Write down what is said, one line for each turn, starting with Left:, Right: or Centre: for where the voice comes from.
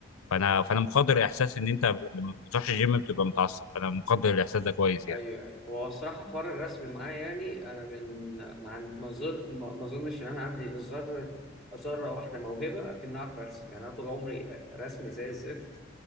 Left: فانا فانا مقدر احساس ان انت لما بتروحش الجيم بتبقى متعصب انا مقدر الاحساس ده كويس
Centre: ايوه
Left: يعني
Centre: أيوة. هو الصراحه حوار الرسم معايا يعني انا من ما عن- ما زر- ما ما اظنش ان انا عندي ذره ذره واحده موهبه في اني اعرف ارسم يعني انا طول عمري رسمي زي الزفت